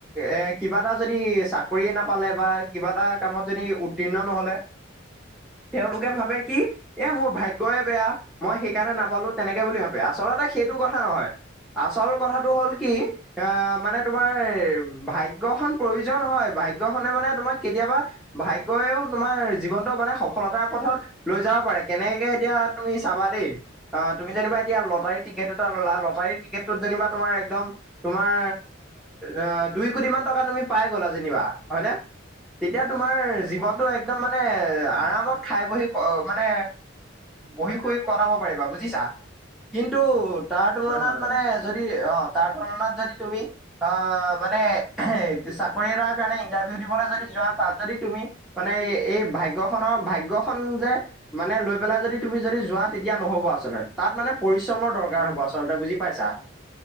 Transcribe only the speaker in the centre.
এ কিবা এটা যদি চাকৰিয়ে নাপালে বা কিবা এটা কামত যদি উত্তীৰ্ণ নহলে তেওঁলোকে ভাবে কি এ মোৰ ভাগ্যয় বেয়া মই সেইকাৰণে নাপালো তেনেকে বুলি ভাবে আচলতে সেইটো কথা নহয়। আচল কথাটো হ'ল কি আহ মানে তোমাৰ ভাগ্যখন প্ৰয়োজন হয় ভাগ্যখনে মানে তোমাক কেতিয়াবা ভাগ্যয়ইও তোমাৰ জীৱনটো মানে সফলতাৰ পথত লৈ যাব পাৰে কেনেকে এতিয়া তুমি চাবা দেই অ তুমি যেনিবা এতিয়া লটাৰী টিকেট এটা ল'লা লটাৰী টিকেটটোত যেনিবা তুমাৰ একদম তোমাৰ অঁ দুই কোটি মান টকা তুমি পাই গ'লা যেনিবা হয়নে তেতিয়া তোমাৰ
জীৱনটো একদম মানে আৰামত খাই বহি ক মানে বহি শুই কটাব পাৰিবা বুজিছা কিন্তু তাৰ
তুলনাত
মানে-
যদি অ' তাৰ তুলনাত যদি তুমি। অ' মানে চাকৰি এটাৰ কাৰণে ইন্টাৰভিউ দিবলৈ যদি যাম। তাত যদি তুমি মানে এই ভাগ্যখনৰ ভাগ্যখন যে। মানে লৈ পেলাই যদি তুমি যদি যোৱা তেতিয়া নহ'ব আচলতে তাত মানে। পৰিশ্ৰমৰ দৰকাৰ
হ'ব
আচলতে বুজি পাইছা,